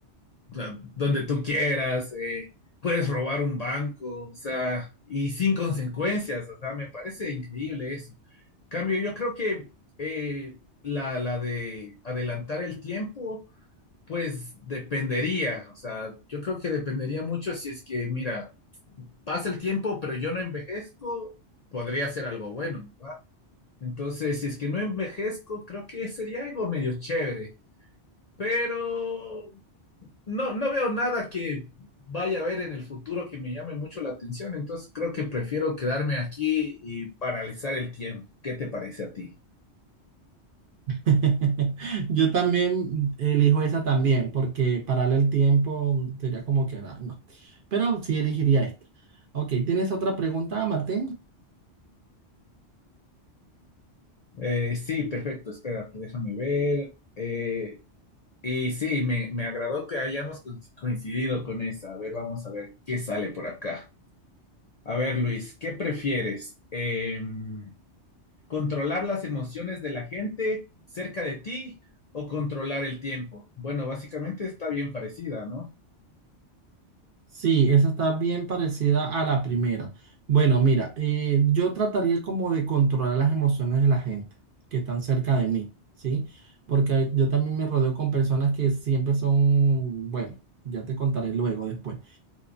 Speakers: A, on the left (about 50°); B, on the right (about 60°).
A: donde tú quieras, eh, puedes robar un banco, o sea, y sin consecuencias, o sea, me parece increíble eso. Cambio, yo creo que eh, la, la de adelantar el tiempo pues dependería, o sea, yo creo que dependería mucho si es que, mira, pasa el tiempo, pero yo no envejezco, podría ser algo bueno. Entonces, si es que no envejezco, creo que sería algo medio chévere, pero no, no veo nada que vaya a ver en el futuro que me llame mucho la atención, entonces creo que prefiero quedarme aquí y paralizar el tiempo. ¿Qué te parece a ti?
B: <laughs> Yo también elijo esa también, porque parar el tiempo sería como que, ah, no, pero sí elegiría esta. Ok, ¿tienes otra pregunta, Martín?
A: Eh, sí, perfecto, espérate, déjame ver. Eh, Y sí, me, me agradó que hayamos co- coincidido con esa. A ver, vamos a ver qué sale por acá. A ver, Luis, ¿qué prefieres? Em, ¿controlar las emociones de la gente cerca de ti o controlar el tiempo? Bueno, básicamente está bien parecida, ¿no?
B: Sí, esa está bien parecida a la primera. Bueno, mira, eh, yo trataría como de controlar las emociones de la gente que están cerca de mí, ¿sí? Porque hay- yo también me rodeo con personas que siempre son, bueno, ya te contaré luego, después.